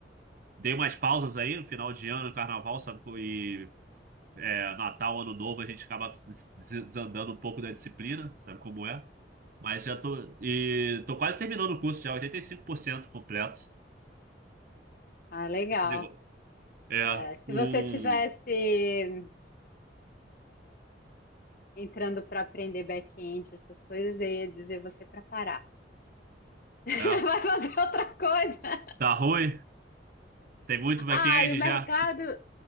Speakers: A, on the right; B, on the left.
A: Dei umas pausas aí no final de ano, carnaval, sabe? E é, Natal, Ano Novo, a gente acaba des- desandando um pouco da disciplina, sabe como é? Mas já tô. E tô quase terminando o curso já, 85% completo.
B: Ah, legal.
A: Esse negócio- É,
B: É, se
A: o.
B: você tivesse entrando para aprender back-end, essas coisas, eu ia dizer você para parar. <laughs>
A: É,
B: Vai fazer outra coisa.
A: tá ruim. Tem muito back-end
B: Ah, e o mercado,
A: já?